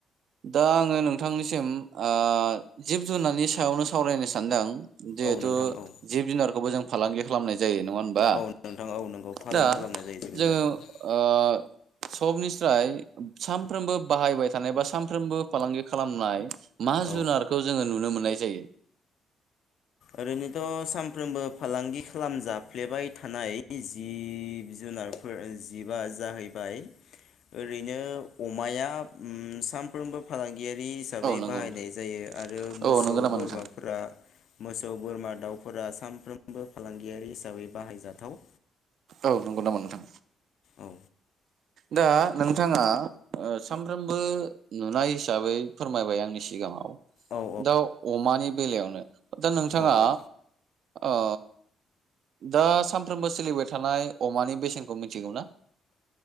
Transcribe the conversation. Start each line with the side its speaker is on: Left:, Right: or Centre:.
Right: दा आङो नोंथांनिसिम ओ जिब जुनारनि सायावनो सावरायनो सानदों जिहेथु
Left: औ नोंथां औ
Right: जिब जुनारखौबो जों फालांगि खालामनाय जायो नङा हबा?
Left: औ नोंथां औ नंगौ फालांगि
Right: दा
Left: खालामनाय जायो जिब
Right: जोङो
Left: जुनारफोरखौ
Right: ओ सबनिस्राय सानफ्रोमबो बाहायबाय थानाय बा सानफ्रोमबो फालांगि खालामनाय मा
Left: औ
Right: जुनारखौ जोङो नुनो मोननाय जायो।
Left: ओरैनोथ' सानफ्रोमबो फालांगि खालामजफ्लेबाय थानाय जिब जुनारफोर जिबआ जाहैबाय ओरैनो अमाया सानफ्रोमबो फालांगि यारि हिसाबै
Right: औ नंगौ
Left: बाहायनाय
Right: नोंथां
Left: जायो आरो मोसौ
Right: औ नंगौ नामा
Left: बोरमाफोरा
Right: नोंथां
Left: मोसौ बोरमा दाउफोरा सानफ्रोमबो फालांगियारि हिसाबै बाहायजाथाव
Right: औ नंगौ नामा नोंथा
Left: औ
Right: दा नोंथाङा सानफ्रोमबो नुनाय हिसाबै फोरमायबाय आंनि सिगाङाव
Left: औ
Right: दाउ अमानि बेलायावनो दा नोंथाङा
Left: औ औ
Right: ओ दा सानफ्रोमबो सोलिबाय थानाय अमानि बेसेनखौ मिथिगौ ना